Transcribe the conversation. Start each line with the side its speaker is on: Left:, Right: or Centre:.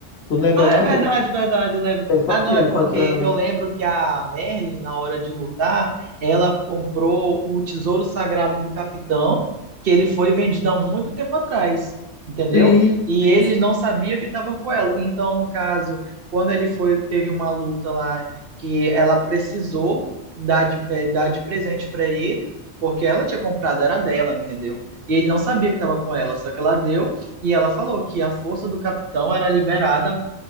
Left: Tu não lembra
Right: Ah,
Left: não
Right: é verdade,
Left: que ele, que
Right: verdade, eu lembro.
Left: ele, fa-
Right: Ah,
Left: que
Right: não,
Left: ele
Right: é porque
Left: faz treinamento?
Right: eu lembro que a Merlin, na hora de lutar, ela comprou o tesouro sagrado do capitão, que ele foi vendido há muito tempo atrás, entendeu?
Left: Sim,
Right: E
Left: sim,
Right: eles
Left: sim.
Right: não sabiam que estavam com ela. Então, no caso, quando ele foi, teve uma luta lá que ela precisou dar de, eh, dar de presente para ele, porque ela tinha comprado, era dela, entendeu? E ele não sabia que estava com ela, só que ela deu. E ela falou que a força do capitão era liberada